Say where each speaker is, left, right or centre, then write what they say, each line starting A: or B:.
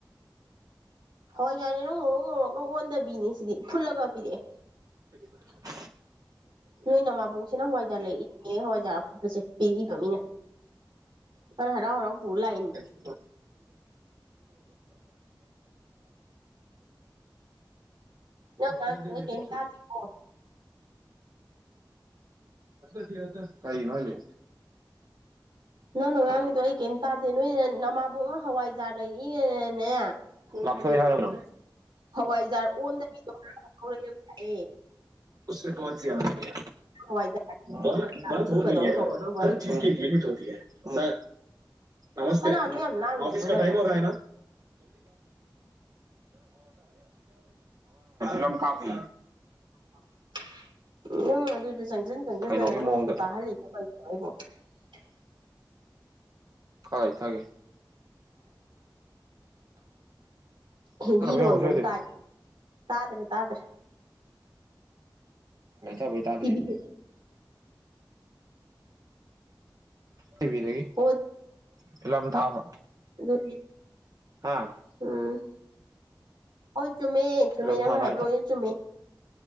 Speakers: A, on the right; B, on the right.
A: ꯍꯣꯏ ꯌꯥꯅꯤ ꯅꯣ ꯉꯧꯔ ꯉꯧꯔꯒ ꯑꯣꯟꯗꯕꯤꯅꯤ ꯁꯤꯗꯤ ꯐꯨꯜꯂꯒ ꯄꯤꯔꯛꯑꯦ
B: <unintelligible>
A: ꯅꯣꯏ ꯅ ꯃꯥꯥꯕꯣꯛꯁꯤꯅ ꯍꯋꯥꯏꯖꯥꯔ ꯂꯩꯏꯅꯦꯦ ꯍꯋꯥꯏꯖꯥꯔ ꯑꯐꯨꯕꯁꯦ ꯄꯤꯏꯕ ꯃꯤꯅ ꯑꯗꯨꯅ ꯍꯔꯥꯎ ꯍꯔꯥꯎ ꯄꯨꯔ ꯂꯥꯛꯏꯅꯤ
B: <unintelligible> ꯏ ꯁ
A: ꯅꯪ ꯉꯥꯡꯉꯤꯗꯣ
B: ꯃꯗꯤ
A: ꯑꯩ
B: ꯍꯧꯁꯦ
A: ꯀꯩꯝ ꯇꯥꯗꯦꯀꯣ
B: ꯔ ꯀ ꯅꯅꯥ
A: ꯅꯪꯅꯣ ꯉꯥꯡꯒꯤꯗꯣ ꯑꯩ ꯀꯩꯝ ꯇꯥꯗꯦ ꯅꯣꯏꯅ ꯅꯃꯥꯕꯣꯛ ꯑꯃ ꯍꯋꯥꯏꯖꯥꯔ ꯂꯩ ꯅꯦ
B: ꯂꯥꯞꯊꯣꯛꯑꯦ ꯍꯥꯏꯔꯕ꯭ꯔꯣ
A: ꯍꯋꯥꯏꯖꯥꯔ ꯑꯣꯟꯗꯕꯤꯗꯣꯔꯔ ꯂꯥꯛꯑꯦ
B: ꯦ ꯄꯣꯅꯁꯤꯌꯥꯗ ꯂꯩ
A: ꯍꯋꯥꯏꯖꯥꯔ
B: ꯍꯅ
A: ꯐꯨꯠꯄꯗꯧ ꯇꯧꯔꯒꯕ
B: ꯍꯔ ꯆꯤꯖꯀꯤ ꯂ ꯂꯤꯃꯤꯠ ꯍ ꯅꯃꯁꯦ
A: ꯀꯅꯥꯅꯣ ꯌꯥꯝ ꯂꯥꯡꯉꯤꯗꯨꯕꯣ
B: ꯑꯣꯐꯤꯁ
A: ꯑꯗꯥꯏ
B: ꯀ ꯇꯥꯏꯝ ꯑꯣꯏꯔ ꯅ ꯀꯥꯐꯤ
A: <unintelligible> ꯎ ꯎꯪ ꯑꯗꯨꯗꯣ ꯆꯪꯁꯤꯟ ꯆꯪꯁꯤꯟꯗꯅ
B: ꯀꯩꯅꯣꯒꯤ
A: ꯅꯪꯅ
B: ꯃꯑꯣꯡꯗ
A: ꯁꯨꯝ ꯇꯥꯍꯜꯂꯤꯩꯅ ꯑꯩꯕꯣ <unintelligible>
B: ꯐꯔ ꯊꯒꯦ
A: ꯍꯤꯟꯗꯤ ꯂꯣꯟꯕ
B: ꯌꯦꯡꯉꯣꯁꯤ ꯍꯧꯖꯤꯛ
A: ꯑꯃ ꯇꯥꯏ ꯇꯥꯗ꯭ꯔꯦ ꯇꯥꯗ꯭ꯔꯦ
B: ꯀꯩꯇꯕꯩ ꯇꯥꯗ꯭ꯔꯔꯤꯅꯤ
A: ꯇꯤꯚꯤ
B: ꯇꯕꯤ
A: ꯍꯣ
B: ꯐꯂꯝ ꯊꯥꯃ
A: ꯑꯗꯨꯗꯤ
B: ꯍꯥꯥ
A: ꯎꯝ ꯍꯣꯏ ꯆꯨꯝꯃꯦ ꯆꯨꯝꯃꯦ
B: ꯐꯤꯂꯝ
A: ꯅꯪꯅ
B: ꯊꯥꯕ
A: ꯍꯥꯏꯕ ꯂꯣꯏ ꯆꯨꯝꯃꯦ